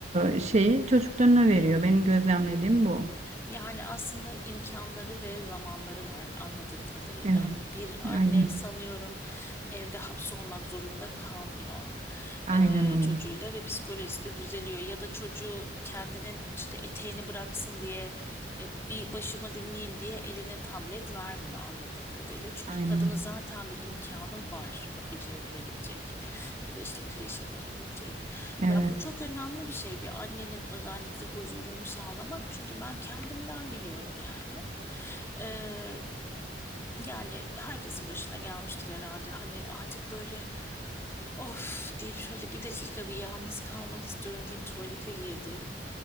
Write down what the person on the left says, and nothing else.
Yani aslında imkanları ve zamanları var anladığım kadarıyla.
Bir anne
sanıyorum evde hapsolmak zorunda kalmıyor
e, çocuğuyla
ve psikolojisi de düzeliyor. Ya da çocuğu kendinin işte eteğini bıraksın diye e, bir başımı dinleyeyim diye eline tablet vermiyor anladığım kadarıyla. Çünkü
kadının zaten bir imkanı var bakıcıya verebilecek ya da işte kreşe verebilecek.
Ya bu çok önemli bir şey bir annenin özellikle huzurunu sağlamak. Çünkü ben kendimden biliyorum yani. Ee, yani herkesin başına gelmiştir herhalde. Hani artık böyle of deyip şöyle bir dakika bir yalnız kalmak istiyorum deyip tuvalete girdim.